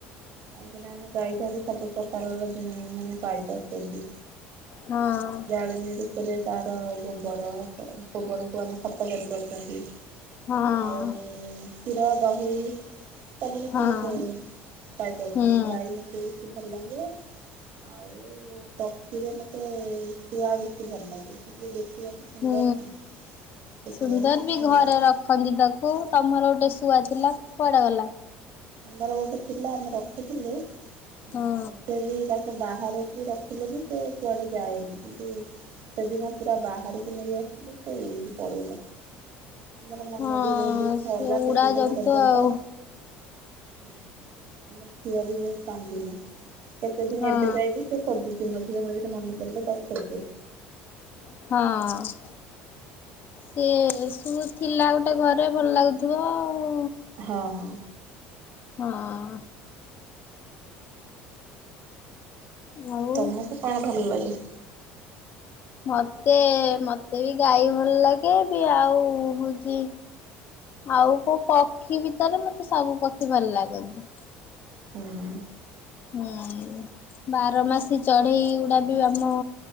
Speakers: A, on the right; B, on the left.
A: କାହିଁକିନା ଆମେ ଗାଈ ଠାରୁ ସବୁ ପ୍ରକାରର ମାନେ ପାଇପାରୁଛନ୍ତି।
B: ହଁ
A: ଜାଳମୀରୁ ସେଥିରେ ତାର ଗୋବର ଗୋବରକୁ ଆମେ ଖତ କରିପାରୁଛନ୍ତି।
B: ହଁ
A: ଆଉ କ୍ଷୀର ଦହି ସବୁ
B: ହଁ
A: କିଛି ପାଇପାରୁଛନ୍ତି
B: ହୁଁ
A: ଗାଈ ମତେ ବେଶୀ ଭଲ ଲାଗେ ଆଉ ପକ୍ଷୀରେ ମତେ ଶୁଆ ବେଶି ଭଲ ଲାଗେ, ଟିକେ ଦେଖିବାକୁ ସୁନ୍ଦର
B: ହୁଁ
A: ନା ସେଥିପାଇଁ
B: ସୁନ୍ଦର
A: ମୋତେ
B: ବି
A: ଭଲ
B: ଘରେ
A: ଲାଗେ
B: ରଖ ଖଞ୍ଜିତାକୁ ତୁମର ଗୋଟେ ଶୁଆ ଥିଲା କୁଆଡ଼େ ଗଲା?
A: ଆମର ଗୋଟେ ଥିଲା ଆମେ ରଖିଥିଲୁ ସେ
B: ହଁ
A: ବି ବାହାରକୁ ରଖିଲେ ବି ସେ କୁଆଡେ ଯାଏନି, କିନ୍ତୁ ସେଦିନ ପୁରା ବାହାରକୁ ନେଇ ଆସିଲେ ସେ ଉଡିକି ପଳେଇଲା। ଆମର ମନ
B: ହଁ
A: ବି ବହୁତ ଦୁଃଖ
B: ସେ
A: ହେଲା
B: ଉଡା
A: କେତେ
B: ଜନ୍ତୁ
A: ଦିନ ପର୍ଯ୍ୟନ୍ତ।
B: ଆଉ
A: ହୁଁ ଆମ ଝିଅ ବି ବହୁତ କାନ୍ଦିଲା କେତେ ଦିନ
B: ହଁ
A: ଏବେ ଯାଇବି ସେଏ ଖୋଜୁଛି ମଝିରେ ମଝିରେ ମନେ ପଡ଼ିଲେ ତାକୁ ଖୋଜେ।
B: ହଁ ସେ ସୁ ଥିଲା ଗୋଟେ ଘରେ ଭଲ ଲାଗୁଥିବ ଆଉ
A: ହଁ
B: ହଁ ଆଉ
A: ତମକୁ କଣ ଭଲ ଲାଗେ?
B: ମତେ ମତେ ବି ଗାଈ ଭଲ ଲାଗେ, ବି ଆଉ ହଉଛି ଆଉ କୋଉ ପକ୍ଷୀ ଭିତରେ ମତେ ସବୁ ପକ୍ଷୀ ଭଲ ଲାଗନ୍ତି।
A: ହୁଁ
B: ହୁଁ ବାରମାସୀ ଚଢ଼େଇ ଗୁଡ଼ା ଆମ